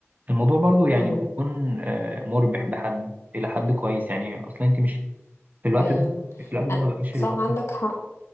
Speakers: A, on the right; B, on the left.
A: فالموضوع برضو يعني
B: امم
A: بيكون آه، مربح بحد الى حد كويس يعني اصلا انت مش في الوقت
B: ايوه
A: ده في الوقت ده
B: أن-
A: ما بقاش اللي
B: صح
A: هو
B: عندك حق